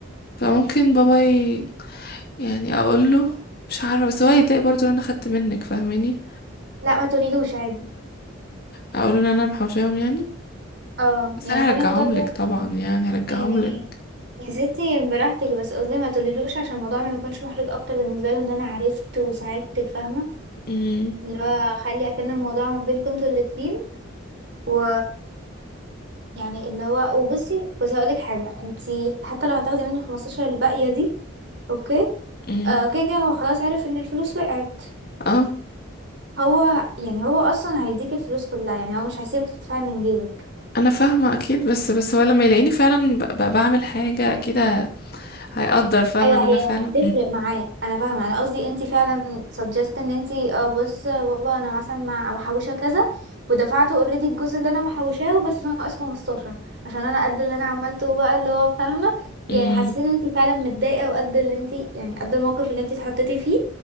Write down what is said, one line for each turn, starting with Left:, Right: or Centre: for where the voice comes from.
Left: فممكن بابا ي... يعني اقوله مش عارفه بس هو هيتضايق برضه ان انا اخدت منك فاهماني
Right: لا ما تقوليلوش عادي
Left: اقوله ان انا محوشاهم يعني
Right: اه
Left: بس
Right: يعني
Left: انا
Right: خلي
Left: هرجعهم
Right: الموضوع ده
Left: لك طبعا يعني هرجعهم
Right: يعني
Left: لك
Right: يا ستي براحتك بس قصدي ما تقوليلوش عشان الموضوع ما يكونش محرج اكتر بالنسبه له ان انا عرفت وساعدتك فاهمه
Left: امم
Right: اللي هو خلي اكن الموضوع ما بينكم انتوا الاتنين و يعني اللي هو وبصي بصي هقولك حاجه انتي حتى لو هتاخدي منه 15 الباقيه دي اوكي
Left: امم
Right: آه كده كده هو خلاص عرف ان الفلوس وقعت
Left: اه
Right: هو يعني هو اصلا هيديك الفلوس كلها يعني هو مش هيسيبك تدفعي من جيبك
Left: انا فاهمه اكيد بس بس هو لما يلاقيني فعلا ب... ب... بعمل حاجه اكيد ه- هيقدر فاهمه
Right: ايوه
Left: ان انا
Right: هي
Left: فعلا
Right: هتفرق معاه انا فاهمه انا قصدي انت فعلا سجست ان انت اه بص يا بابا انا مثلا مع محوشه كذا ودفعته اوريدي الجزء اللي انا محوشاه بس ناقص 15 عشان انا قد اللي انا عملته بقى اللي هو فاهمه يعني
Left: امم
Right: حسيت ان انت فعلا متضايقه وقد اللي انت يعني قد الموقف اللي انت اتحطيتي فيه